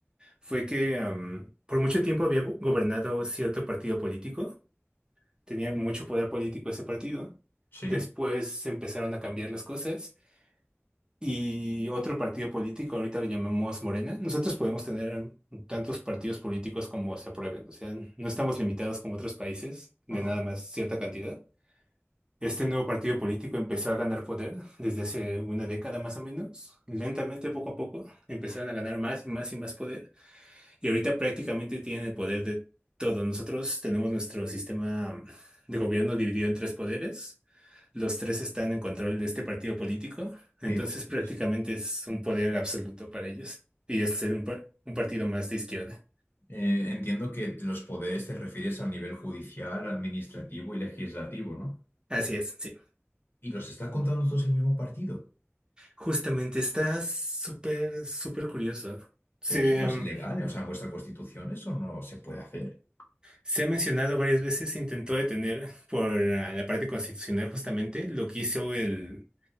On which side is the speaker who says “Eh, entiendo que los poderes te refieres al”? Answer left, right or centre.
Left